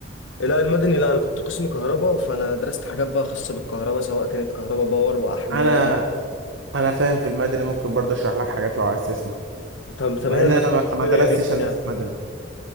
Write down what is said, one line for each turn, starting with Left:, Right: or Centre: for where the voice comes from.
Left: لا المدني لا انا كنت قسم كهرباء فانا درست حاجات بقى خاصه بالكهرباء سواء كانت كهرباء باور واحمال
Right: انا انا فاهم في المدني ممكن برضه اشرح لك حاجات لو عايز تسمع
Left: طب تمام
Right: مع ان انا
Left: مفيش
Right: ما
Left: مشكله
Right: ما درستش
Left: يا ريت
Right: هندسة
Left: يعني
Right: مدني